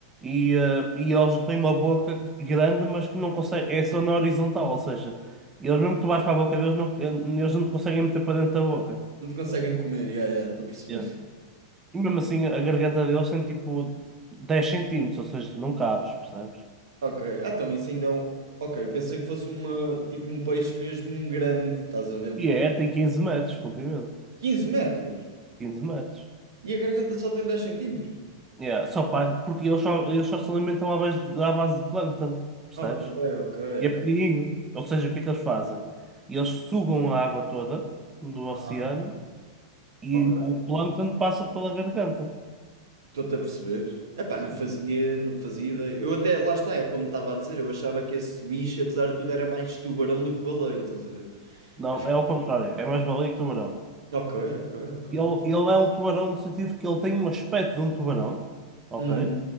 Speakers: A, on the right; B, on the right.
A: E, eh, e eles têm uma boca grande, mas que não conseguem. É só na horizontal, ou seja, eles mesmo que tu vais para a boca deles, não, eh, eles não te conseguem meter para dentro da boca.
B: Não te conseguem comer, ya, ya, estou a perceber.
A: Yeah. E mesmo assim, a garganta deles tem tipo 10 centímetros, ou seja, tu não cabes, percebes?
B: Ok, ah, então isso ainda é um... Ok, eu pensei que fosse uma, tipo um peixe mesmo grande, estás a ver,
A: E
B: tipo
A: é, tem 15 metros de comprimento.
B: 15 metros.
A: quinze metros.
B: E a garganta só tem dez centímetros.
A: Yeah, só pa- porque eles só, eles só se alimentam à base de, à base de plâncton, percebes?
B: Ok, ok,
A: E
B: ok.
A: é pequenininho. Ou seja, o que é que eles fazem? Eles sugam a água toda do oceano
B: Aham.
A: e
B: Ok.
A: o plâncton passa pela garganta.
B: Estou-te a perceber. Epá, não fazia, não fazia ideia. Eu até, lá está, é como estava a dizer, eu achava que esse bicho, apesar de tudo, era mais tubarão do que baleia, estás a ver?
A: Não,
B: Afim-
A: é ao contrário. É mais baleia que tubarão.
B: Ok, ok, ok.
A: Ele, ele é um tubarão no sentido que ele tem um aspecto de um tubarão, ok?
B: Uhum.